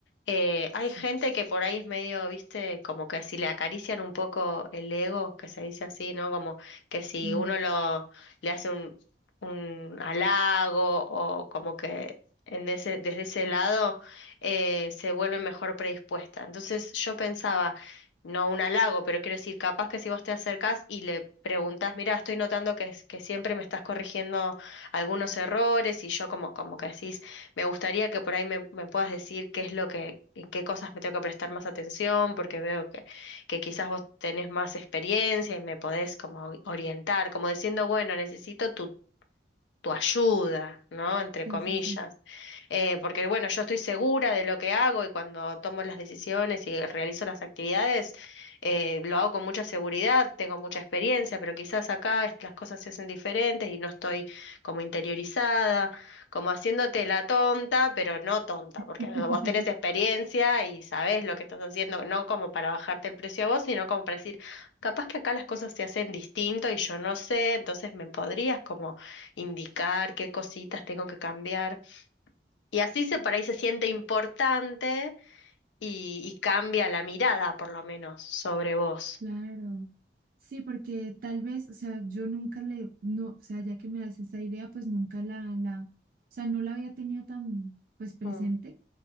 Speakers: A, on the left; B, on the right.
A: eh, hay
B: Sí.
A: gente que por ahí es medio, viste, como que si le acarician un poco el ego, que se dice así, ¿no? Como que si
B: Ah,
A: uno lo le hace un, un halago o como que en ese, desde ese lado eh, se vuelve mejor predispuesta. Entonces yo pensaba, no un halago, pero quiero decir, capaz que si vos te acercás y le preguntás, mira, estoy notando que, es- que siempre me estás corrigiendo algunos errores y yo como, como que decís, me gustaría que por ahí me, me puedas decir qué es lo que, en qué cosas me tengo que prestar más atención, porque veo que, que quizás vos tenés más experiencia y me podés como orientar, como diciendo, bueno, necesito tu tu ayuda, ¿no? Entre
B: sí,
A: comillas.
B: sí, sí.
A: Eh, porque bueno, yo estoy segura de lo que hago y cuando tomo las decisiones y realizo las actividades, eh, lo hago con mucha seguridad, tengo mucha experiencia, pero quizás acá es- las cosas se hacen diferentes y no estoy como interiorizada, como haciéndote la tonta, pero no tonta, porque
B: <laughs>
A: vos tenés experiencia y sabés lo que estás haciendo, no como para bajarte el precio a vos, sino como para decir, capaz que acá las cosas se hacen distinto y yo no sé, entonces me podrías como indicar qué cositas tengo que cambiar. Y así se por ahí se siente importante y, y cambia la mirada, por lo menos, sobre vos.
B: Claro. Sí, porque tal vez, o sea, yo nunca le, no, o sea, ya que me das esa idea, pues nunca la, la, o sea, no la había tenido tan, pues, presente.
A: Mm,